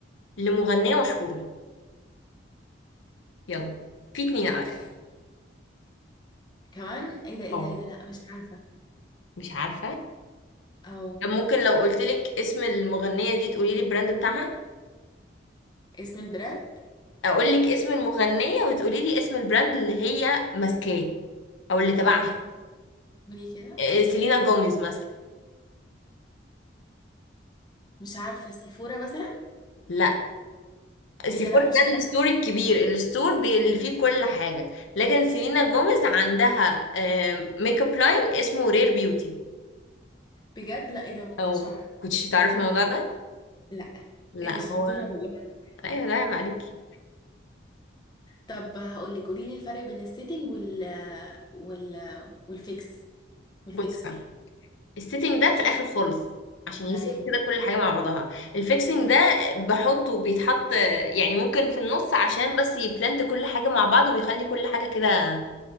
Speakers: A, on the left; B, on the left.
A: لمغنيه مشهوره يلا في اتنين على
B: اوف
A: فكره
B: كمان ايه ده ايه
A: اه
B: ده ايه ده لا مش عارفة
A: مش عارفه
B: او
A: طب ممكن لو قلت لك اسم المغنيه دي تقولي لي البراند بتاعها
B: اسم البراند
A: اقول لك اسم المغنية وتقولي لي اسم البراند اللي هي ماسكاه او اللي تبعها
B: ماشي قولي كده
A: إيه، سيلينا جوميز مثلا
B: مش عارفة سيفورا مثلا
A: لا سيفور
B: ايه ده لا
A: ده
B: مش عارفة
A: الستور الكبير الستور بي- اللي فيه كل حاجة لكن سيلينا جوميز عندها آم، ميك اب لاين اسمه رير بيوتي
B: بجد لا ايه ده ما كنتش
A: او
B: اعرف
A: كنتش تعرفي الموضوع ده
B: لا
A: لا
B: ايه ده شطورة
A: هو
B: والله
A: ايوه ده عيب عليكي
B: طب هقولك قوليلي الفرق بين السيتنج وال وال والفيكس والفيكسر
A: بصي بقى السيتنج ده في الاخر خالص عشان يسيب
B: تمام
A: كده كل حاجه مع بعضها الفيكسنج ده بحطه بيتحط يعني ممكن في النص عشان بس يبلند كل حاجه مع بعض ويخلي كل حاجه كده